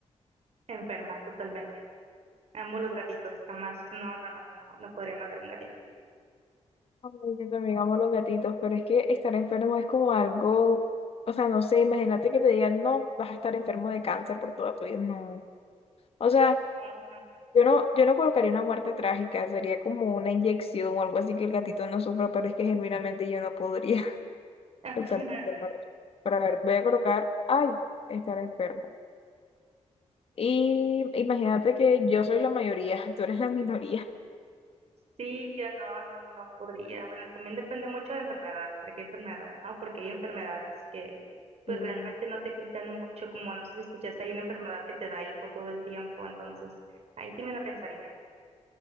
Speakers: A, on the right (about 65°); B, on the left (about 55°).
A: Enferma, totalmente. Amo los gatitos, jamás. No, no, no, no, no no podría matar un gatito.
B: Ay, Yo también amo los gatitos, pero es que estar enfermo es como algo, o sea, no sé, imagínate que te digan, no, vas a estar enfermo de cáncer por toda tu vida, no. O sea,
A: Ay, no.
B: yo no, yo no colocaría una muerte trágica, sería como una inyección o algo así que el gatito no sufra, pero es que genuinamente yo no podría <laughs>
A: <laughs>
B: estar enfermo. Pero a ver, voy a colocar, ay, estar enfermo. Y imagínate que yo soy la mayoría, <laughs> tú eres la minoría.
A: Sí, yo no, no, no, no podría. Bueno, también depende mucho de enfermedad, de qué enfermedad, ¿no? Porque hay enfermedades que pues
B: Y
A: realmente no te quitan mucho, como no sé si escuchaste, hay una enfermedad que te da hipo todo el tiempo, entonces ahí sí me la pensaría,